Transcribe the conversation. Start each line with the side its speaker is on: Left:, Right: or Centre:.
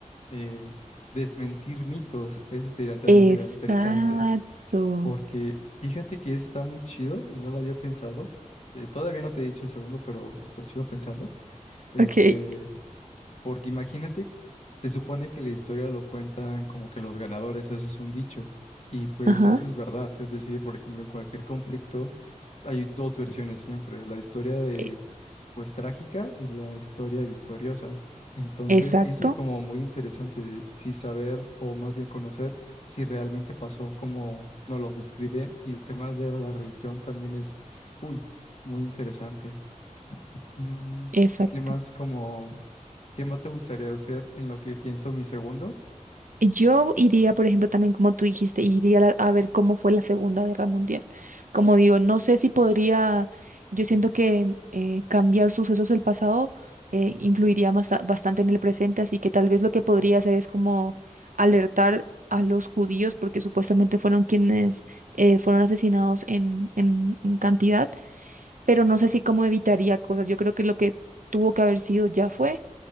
Left: eh, desmentir mitos, eso sería- también
Right: Exacto.
Left: sería interesante, porque fíjate que está muy chido y no lo había pensado. eh, todavía no te he dicho el segundo, pero lo sigo pensando. Este,
Right: Ok.
Left: porque imagínate se supone que la historia lo cuentan como que los ganadores, eso es un dicho, y pues
Right: Ajá.
Left: eso es verdad, es decir, por ejemplo, en cualquier conflicto hay dos versiones siempre, la historia de
Right: E-
Left: pues trágica y la historia victoriosa. Entonces,
Right: Exacto,
Left: eso es como muy interesante de sí saber o más bien conocer si realmente pasó como nos los describen y el tema de la religión también es, uy, muy interesante. Mm,
Right: exacto.
Left: ¿qué más como, qué más te gustaría hacer en lo que pienso mi segundo?
Right: Yo iría, por ejemplo, también como tú dijiste, iría a, la- a ver cómo fue la Segunda Guerra Mundial. Como digo, no sé si podría, yo siento que eh, cambiar sucesos del pasado eh, influiría más, bastante en el presente, así que tal vez lo que podría hacer es como alertar a los judíos, porque supuestamente fueron quienes eh, fueron asesinados en, en en cantidad, pero no sé si cómo evitaría cosas. Yo creo que lo que tuvo que haber sido ya fue